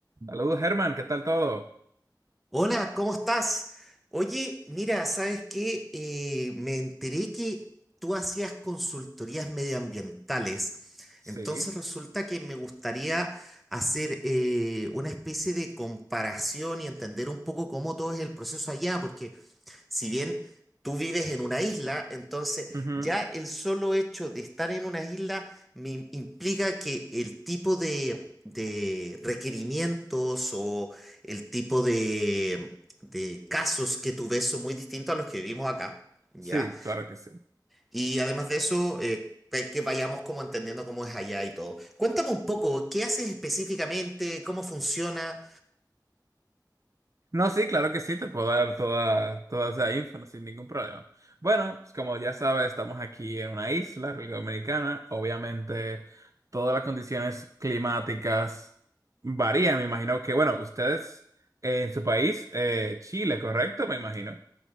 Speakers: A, on the right; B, in the centre.
A: Saludos, Germán, ¿qué tal todo?
B: Hola, ¿cómo estás? Oye, mira, ¿sabes qué? Eh, me enteré que tú hacías consultorías medioambientales, entonces
A: Sí,
B: resulta que me gustaría hacer eh, una especie de comparación y entender un poco cómo todo es el proceso allá, porque si bien Tú vives en una isla, entonces
A: ujú,
B: ya el solo hecho de estar en una isla me im- implica que el tipo de, de requerimientos o el tipo de, de casos que tú ves son muy distintos a los que vivimos acá, ¿ya?
A: Sí, claro que sí.
B: Y además de eso, eh, que, que vayamos como entendiendo cómo es allá y todo. Cuéntame un poco, ¿qué haces específicamente? ¿Cómo funciona?
A: No, sí, claro que sí, te puedo dar toda, toda esa info no, sin ningún problema. Bueno, pues como ya sabes, estamos aquí en una isla, República Dominicana. Obviamente, todas las condiciones climáticas varían. Me imagino que, bueno, ustedes eh, en su país, eh, Chile, ¿correcto? Me imagino.